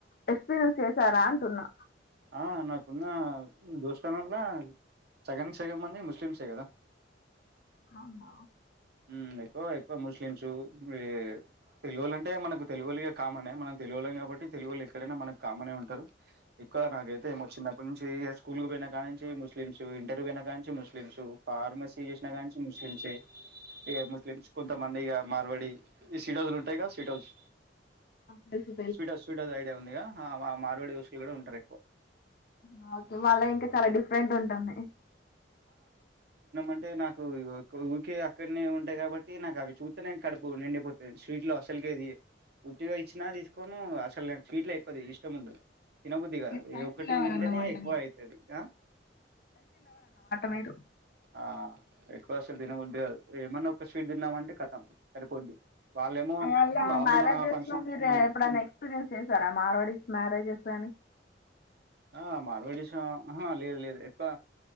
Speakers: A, on the left; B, on the right.
A: ఎక్స్పీరియన్స్ చేసారా అంటున్నా
B: ఆ నాకున్న దోస్తునల సగానికి సగం మంది ముస్లిమ్సే కదా
A: అవునవు
B: హ్మ్ ఎక్కువ ఎక్కువ ముస్లింసూ ఈ తెలుగోళ్లంటే మనకు తెలుగోలిగా కామనే మనం తెలుగోళ్ళం కాబట్టి తెలుగోళ్ళు ఎక్కడైనా మనకు కామనే ఉంటారు క నాకైతే ఏమో చిన్నప్పటి నుంచి తీ ఇగ స్కూల్ కు పోయినా కాని నుంచి ముస్లిమ్స్ ఇంటర్ పోయినా కా నుంచి ముస్లిమ్స్ ఫార్మసీ చేసినా కా నుంచి ముస్లిమ్స్ ఇక ముస్లిమ్స్ కొంత మన్ దిగా మార్వడి ఈ సీట్ హౌస్లు ఉంటాయి సీట్ హౌస్
A: తెలుసు
B: sweet house sweet house idea ఉందిగా ఆ మా మారువడి వససులు కూడా ఉంటరి
A: ఆ ఓకే వాళ్ళ ఇంకా చాలా డిఫరెంట్ ఉంటుంది
B: అంటే నాకు ఊరికే అక్కడనే ఉంటాయ్ కాబట్టి నాకు అవి చూత్తనే కడుపు నిండిపోతది స్వీట్లు అస్సల్కే ది ఉత్తిగా ఇచ్చినా తీసుకోను అసలు నేన్ స్వీట్ లే కొద్ది ఇష్టం ఉండదు తిన బుద్ధి కాదు
A: స్పైసీ
B: ఏ ఒక్కటి
A: లవర్
B: తింటేనే
A: అన్నమాట
B: ఎక్కువ అయితది ఆ
A: మీరు
B: ఆ ఎక్కువ అసలు తినబుద్ధి కాదు ఏమన్నా ఒక స్వీట్ తిన్నామంటే ఖతం సరిపోద్ది వాళ్ళేమో
A: అళ్ళ
B: వాళ్ళు
A: మ్యారేజెస్
B: మన ఫంక్షన్
A: లో మీరు
B: హ్మ్.
A: ఎప్పుడైనా ఎక్స్పీరియన్స్ చేసారా మార్వడిస్ మ్యారేజెస్ అని
B: ఆ మార్వడిస్ ఆ ఆహా లేదు లేదు ఎక్కువ